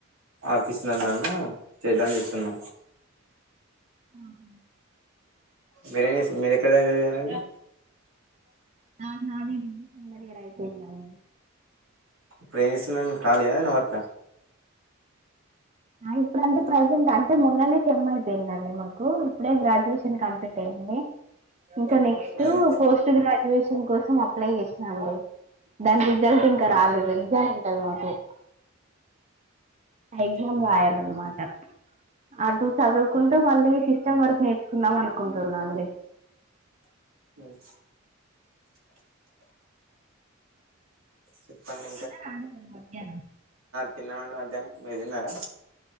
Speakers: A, on the right; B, on the right.
A: ఆఫీసులో నన్ను చేద్దామని చె ఉమ్
B: ఆహా
A: మీరేమ్ మీరెక్కడి దాకా చదివారండి
B: న నాది <inaudible> సెకండియరయిపోయిందండి
A: ఇపుడేమ్ చేస్తున్నా రండి కాలి యా ఏదన్న వర్క
B: ఇప్పుడు అంటే ప్రెజెంట్ అ అయితే మొన్ననే సెమ్మయిపోయిందండి మాకు ఇప్పుడే గ్రాడ్యుయేషన్ కంప్లీట్ అయ్యింది ఇంకా నెక్స్ట్
A: ఉమ్
B: పోస్ట్ గ్రాడ్యుయేషన్ కో <inaudible> అప్లై చేసినా అండి డన్ <inaudible> రిజల్ట్ ఇంకా
A: ఆ
B: రాలేదు, ఎగ్జామ్ తే మాకు ఎగ్జామ్ రాయాలన్న మాట అటు చదువుకుంటూ మళ్ళీ సిస్టమ్ వర్క్ నేర్చుకున్నాం అనుకుంటున్నా అండి.
A: ఉమ్ చెప్పండి
B: తిన్నర అండి మరి మధ్యానం
A: తిన్నమండి మధ్యానం మీరు తిన్నారా